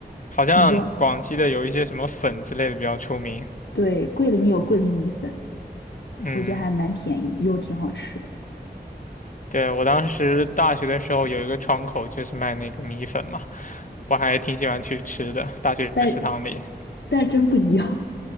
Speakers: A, on the left; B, on the left.
A: 好像广西的有一些什么粉之类的比较出名。
B: 挺多。对，桂林有桂林米粉，
A: 嗯，
B: 我觉得还蛮便宜，又挺好吃的。
A: 对，我当时大学的时候有一个窗口就是卖那个米粉嘛，我还挺喜欢去吃的，大学食堂里。
B: 但但是真不一样。